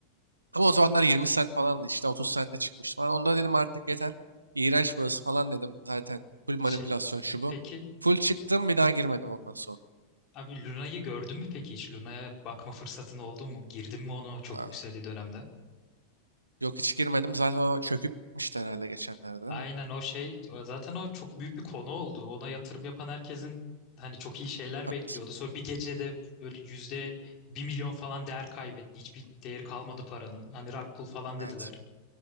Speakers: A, on the right (about 80°); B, on the left (about 35°).
A: Ama o zamanlar 20 cent falandı işte. 30 cent'e çıkmıştı falan. Onda dedim artık yeter. İğrenç burası falan dedim. Zaten full manipülasyon
B: Şey
A: şu bu.
B: peki
A: Full çıktım bir daha girmedim ondan sonra.
B: abi Luna'yı gördün mü peki hiç? Luna'ya bakma fırsatın oldu mu? Girdin mi onu çok
A: Aa,
B: yükseldiği dönemde?
A: Yok hiç girmedim. Zaten o çöküp gitmişti herhalde geçenlerde değil
B: Aynen
A: mi?
B: o şey o- zaten o çok büyük bir konu oldu. Ona yatırım yapan herkesin hani çok iyi şeyler
A: Pat-
B: bekliyordu. Sonra bir gecede böyle yüzde bir milyon falan değer kaybetti. Hiçbir değeri kalmadı paranın. Hani rug pull falan dediler.
A: Evet.